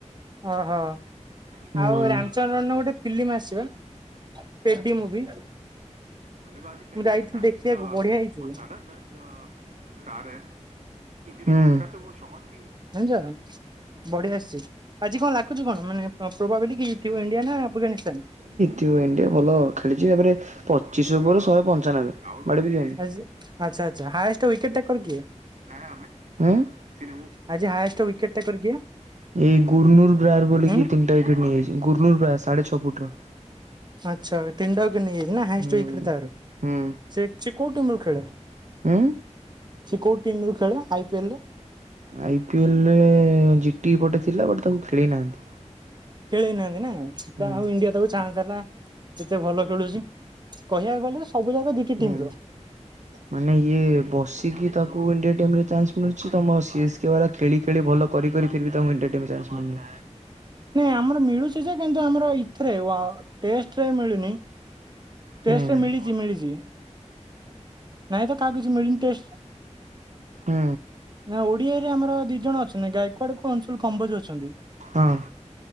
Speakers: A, on the right (about 35°); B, on the right (about 75°).
A: ଓହୋ
B: ହୁଁ
A: ଆଉ
B: ହଁ ହଁ।
A: ରାମଚନରନ୍ ର ଗୋଟେ ଫିଲ୍ମ ଆସି ବା। ପେଡି ମୁଭି।
B: ବା କରରେ
A: ମୁଁ ଯାଇଥିଲି
B: ଶାୟଦ
A: ଦେଖିବାକୁ ବଢିଆ ହେଇଛି
B: ବ ଜାଦା କର୍ ହୁଁ
A: ଜାଣିଛ। ବଢିଆସିଛି ଆଜି କଣ ଲାଗୁଛି କଣ ମାନେ ପ୍ରୋବାବିଲଟି କି ଥିବ ଇଣ୍ଡିଆ ନା ଆଫଗାନିସ୍ତାନ?
B: ତିବ ଇଣ୍ଡିଆ ଭଲ ଖେଳିଛି ତାପରେ ପଚିଶ ଓଭର ଶହେ ପଞ୍ଚାନବେ। କୁଆଡେ ବି ଯାଇ
A: ଆଜି ଆଚ୍ଛା ଆଚ୍ଛା ହାଏଷ୍ଟ ୱିକେଟ୍ ଟା କର କିଏ?
B: ତମେ ଉଁ ସି
A: ଆଜି ହାଏଷ୍ଟ ୱିକେଟ ଟେକର କିଏ?
B: ଏଇ ଗୁର୍ନୁର ବ୍ରାୟାର ବୋଲିି
A: ଉଁ
B: <unintelligible> ଟା ୱିକେଟ୍ ନେଇଯାଇଚି ଗୁର୍ନୁର ବ୍ରା ସାଢେ ଛଅ ଫୁଟ୍ ର
A: ଆଚ୍ଛା ତିନଟା ୱିକେଟ୍ ନେଇଯାଇଚି ନା ହାଏଷ୍ଟ୍
B: ହୁଁ
A: ଉଇକେଟ୍ ତାର
B: ହୁଁ
A: ସେ ସେ ଯୋଉ ଟିମ୍ ରୁ ଖେଳେ?
B: ଉଁ।
A: ସେ କୋଉ ଟିମ୍ ରୁ ଖେଳେ ଆଇ ପି ଏଲ ରେ?
B: ଆଇ ପି ଏଲ ରେ ଜିଟି ପଟେ ଥିଲା ବଟ ତାକୁ ଖେଳେଇ ନାହାନ୍ତି।
A: ଖେଳେଇ ନାହାନ୍ତି ନା <unintelligible>
B: ହୁଁ
A: ଆଉ ଇଣ୍ଡିଆ ତାକୁ <unintelligible> କେତେ ଭଲ ଖେଳୁଚି କହିବାକୁ ଗଲେ ସବୁ ଜାକ ଦିଟି
B: ହୁଁ
A: ଟିମ ର
B: ମାନେ ଇଏ ବସିକି ତାକୁ ଇଣ୍ଡିଆ ଟିମ ରେ ଚାନ୍ସ ମିଳୁଛି ତମ ସି ଏସ୍ ସ୍କେ ବାଲା ଖେଳି ଖେଳି ଭଲ କରି କରି ଫିର୍ବି ତାଙ୍କୁ ଇଣ୍ଡିଆ ଟିମ୍ ରେ ଚାନ୍ସ ମିଳୁନି।
A: ନାଇଁ ଆମର ମିଳୁଚି ଯେ କିନ୍ତୁ ଆମର ଇଥିରେ ୱ ଟେଷ୍ଟ ରେ ମିଳୁନି। ଟେଷ୍ଟ୍
B: ହୁଁ
A: ରେ ମିଳିଚି ମିଳିଚି। ନାହିଁ ତ କାହାକୁ କିଛି ମିଳିନି ଟେଷ୍ଟରେ।
B: ହୁଁ
A: ନା ଓଡିଆରେ ଆମର ଦି ଜଣ ଅଛନ୍ତି ଗାୟକୱଆଡ କୁ ଅଂଶୁଲ କମ୍ବୋଜ ଅଛନ୍ତି।
B: ହଁ